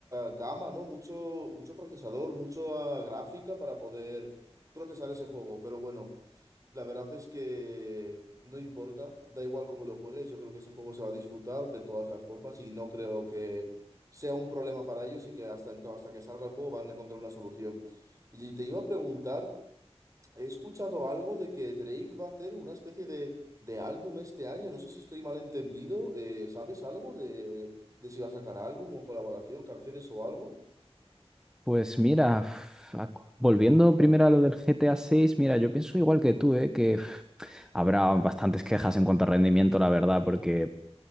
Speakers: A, on the right; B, in the centre.
A: gama, ¿no? Mucho, mucho procesador, mucha gráfica para poder procesar ese juego. Pero bueno. La verdad es que no importa, da igual cómo lo juegues, yo creo que ese juego se va a disfrutar de todas las formas y no creo que sea un problema para ellos y que hasta, ento- hasta que salga el juego van a encontrar una solución. Y te iba a preguntar, he escuchado algo de que Drake va a hacer una especie de, de álbum este año, no sé si estoy mal entendido, eh, ¿sabes algo de, de si va a sacar álbum o colaboración, canciones o algo?
B: Pues mira, pf, a- volviendo primero a lo del GTA 6, mira, yo pienso igual que tú, ¿eh? que pf, habrá bastantes quejas en cuanto a rendimiento, la verdad, porque